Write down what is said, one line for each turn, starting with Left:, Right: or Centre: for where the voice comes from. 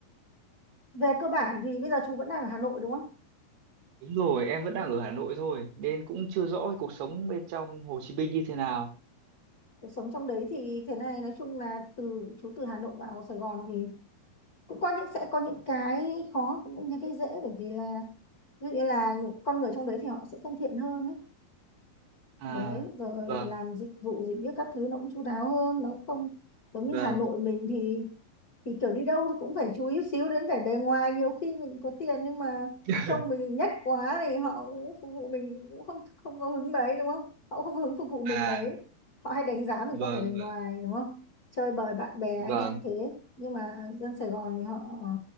Left: Về cơ bản thì bây giờ chú vẫn đang ở Hà Nội đúng không?
Right: đúng rồi, em vẫn đang ở Hà Nội thôi nên cũng chưa rõ cái cuộc sống bên trong Hồ Chí Minh như thế nào.
Left: Cuộc sống trong đấy thì thế này nói chung là từ chú từ Hà Nội vào Sài Gòn thì cũng có những sẽ có những cái khó cũng như cái dễ bởi vì là ví dụ như là những con người trong đấy thì họ sẽ thân thiện hơn ấy.
Right: À,
Left: đấy rồi
Right: vâng,
Left: làm dịch vụ gì hết các thứ nó cũng chu đáo hơn nó không giống như
Right: vâng.
Left: Hà Nội mình thì thì kiểu đi đâu cũng phải chú ý xíu đến vẻ bề ngoài nhiều khi mình có tiền nhưng mà
Right: <laughs>
Left: trông mình nhách quá thì họ cũng phục vụ mình cũng không không có hứng mấy đúng không họ không có hứng phục vụ mình
Right: À,
Left: mấy họ hay đánh giá mình
Right: vâng,
Left: có vẻ bề ngoài đúng không chơi bời bạn bè
Right: vâng.
Left: anh em thế nhưng mà dân Sài Gòn thì họ ờ,